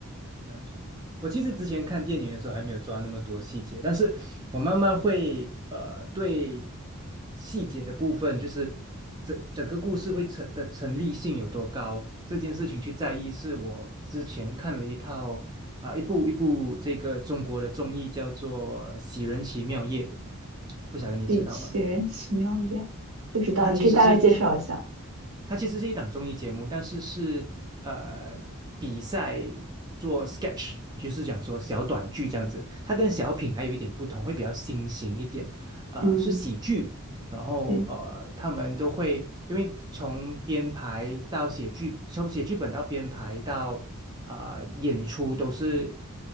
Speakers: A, on the right (about 20°); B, on the right (about 80°).
A: 了就我其实之前看电影的时候还没有抓那么多细节，但是我慢慢会呃对细节的部分，就是整整个故事会成的成立性有多高这件事情去在意，是我之前看了一套啊、一部一部这个中国的综艺叫做《喜人奇妙夜》，不晓得你知道吗？
B: 对，杞人奇妙也不知道，
A: 它其实是。
B: 你可以大概介绍一下，
A: 它其实是一档综艺节目，但是是呃比赛做 sketch，就是讲说小短剧这样子。它跟小品还有一点不同，会比较新型一点，呃，
B: 嗯，
A: 是喜剧。然后呃，
B: 对，
A: 他们都会因为从编排到写剧，从写剧本到编排到啊演出都是